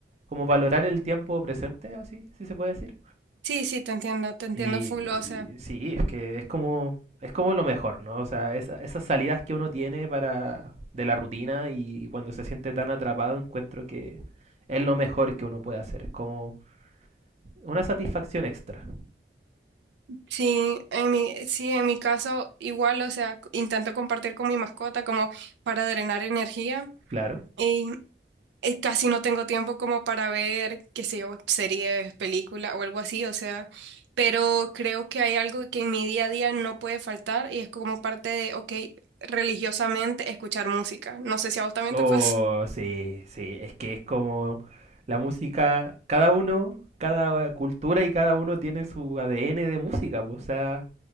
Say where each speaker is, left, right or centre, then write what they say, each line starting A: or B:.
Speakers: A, on the right; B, on the right.
A: como valorar el tiempo presente, así, si se puede decir.
B: Sí, sí, te entiendo, te entiendo
A: Y,
B: full, o sea.
A: y sí, es que es como, es como lo mejor, ¿no? O sea, esa- esas salidas que uno tiene para, de la rutina y cuando se siente tan atrapado, encuentro que es lo mejor que uno puede hacer. Es como una satisfacción extra,
B: Sí, en mi, sí, en mi caso igual, o sea, c- intento compartir con mi mascota como para drenar energía
A: claro.
B: y eh, casi no tengo tiempo como para ver, qué sé yo, series, películas o algo así, o sea, pero creo que hay algo que en mi día a día no puede faltar y es como parte de, ok, religiosamente escuchar música. No sé si a vos también
A: Oh,
B: te pasa. <laughs>
A: sí, sí, es que es como la música, cada uno, cada cultura y cada uno tiene su ADN de música, pues, o sea,